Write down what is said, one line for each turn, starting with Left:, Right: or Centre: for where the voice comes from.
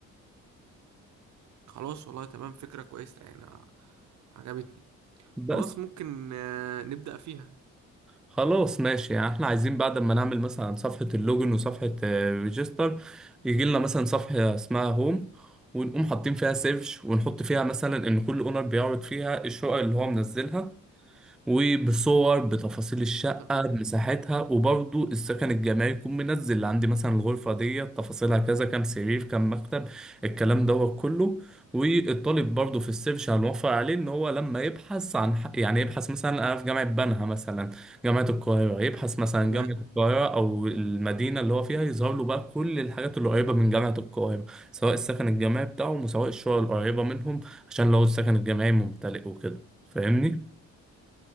Right: خلاص والله تمام فكره كويسه يعني آه، عجبتني
Centre: بس
Right: خلاص ممكن آه، نبدأ فيها
Centre: خلاص ماشي يعني احنا عايزين بعد ما نعمل مثلا صفحة اللوجن وصفحة ريجستر يجي لنا مثلا صفحة اسمها هوم ونقوم حاطين فيها سيرش ونحط فيها مثلا ان كل اونر بيعرض فيها الشقق اللي هو منزلها وبصور بتفاصيل الشقة
Right: تمام
Centre: بمساحتها وبرضو السكن الجماعي يكون منزل اللي عندي مثلا الغرفة دي تفاصيلها كذا كام سرير كام مكتب الكلام دوت كله والطالب برضو في السيرش هنوفر عليه ان هو لما يبحث عن ح- يعني يبحث مثلا انا في جامعة بنها مثلا جامعة القاهرة يبحث مثلا
Right: تمام
Centre: جامعة القاهرة او المدينة اللي هو فيها يظهر له بقى كل الحاجات اللي قريبة من جامعة القاهرة سواء السكن الجامعي بتاعهم وسواء الشقق القريبة منهم عشان لو السكن الجامعي ممتلئ وكده فاهمني؟